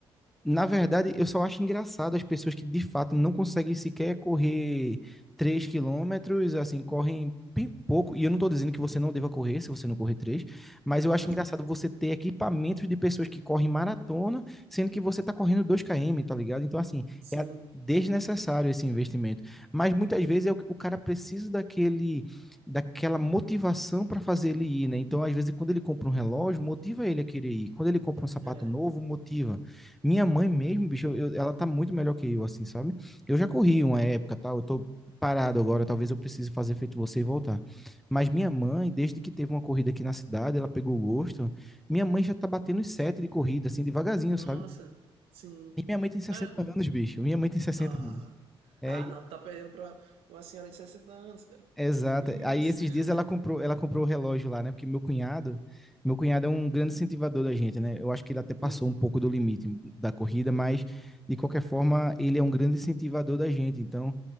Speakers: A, in the centre; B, on the right.
A: Na verdade, eu só acho engraçado as pessoas que de fato não conseguem sequer correr 3 quilômetros, assim, correm bem pouco. E eu não estou dizendo que você não deva correr se você não correr três mas eu
B: não.
A: acho
B: Aham.
A: engraçado você ter equipamentos de pessoas que correm maratona, sendo que você está correndo dois km, tá ligado? Então, assim,
B: Sim,
A: é a- desnecessário esse investimento. Mas muitas vezes é o, o cara precisa daquele, daquela motivação para fazer ele ir, né? Então, às vezes, quando ele compra um relógio, motiva ele a querer ir. Quando ele compra um sapato
B: é.
A: novo, motiva. Minha mãe mesmo, bicho, eu- ela tá muito melhor que eu, assim, sabe? Eu já corri uma época, tal, eu tô parado agora, talvez eu precise fazer feito você e voltar. Mas minha mãe, desde que teve uma corrida aqui na cidade, ela pegou o gosto. Minha mãe já tá batendo os sete de corrida, assim, devagarzinho,
B: Nossa,
A: sabe?
B: sim.
A: E minha mãe tem sessenta
B: Cara, é bom.
A: anos, bicho. Minha mãe tem sessenta
B: Ah,
A: anos. É,
B: ah, não, tu tá perdendo pra uma senhora de 60 anos, cara.
A: Exato.
B: Que
A: Aí
B: isso?
A: esses
B: <laughs>
A: dias ela comprou, ela comprou o relógio lá, né? Porque meu cunhado, meu cunhado é um grande incentivador da gente, né? Eu acho que ele até passou
B: Sim.
A: um pouco do limite da corrida, mas de qualquer forma ele é um grande incentivador da gente. Então,